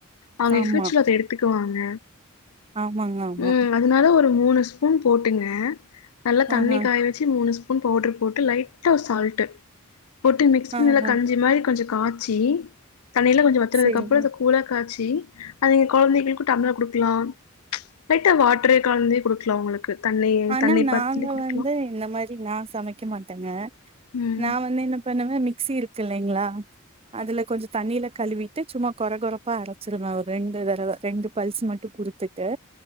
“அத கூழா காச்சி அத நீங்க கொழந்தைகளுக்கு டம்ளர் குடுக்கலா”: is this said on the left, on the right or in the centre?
Left